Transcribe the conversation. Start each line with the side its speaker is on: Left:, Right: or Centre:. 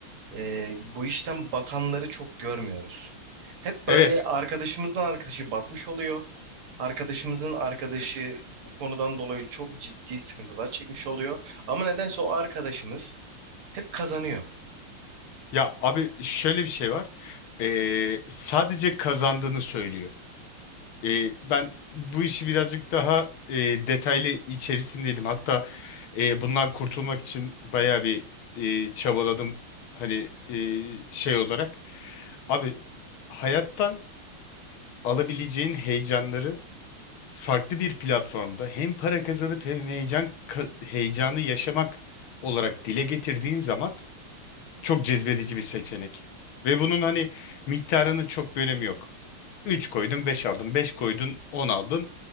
Right: e, bu işten batanları çok görmüyoruz. Hep böyle
Left: Evet.
Right: arkadaşımızın arkadaşı batmış oluyor. Arkadaşımızın arkadaşı bu konudan dolayı çok ciddi sıkıntılar çekmiş oluyor. Ama nedense o arkadaşımız hep kazanıyor.
Left: Ya abi şöyle bir şey var. Ee, sadece kazandığını söylüyor. Ee, ben bu işi birazcık daha e, detaylı içerisindeydim. Hatta e, bundan kurtulmak için bayağı bir e, çabaladım. Hani e, şey olarak. Abi hayattan alabileceğin heyecanları farklı bir platformda hem para kazanıp hem heyecan ka- heyecanı yaşamak olarak dile getirdiğin zaman çok cezbedici bir seçenek. Ve bunun hani miktarının çok bir önemi yok. 3 koydun 5 aldın. beş koydun 10 aldın.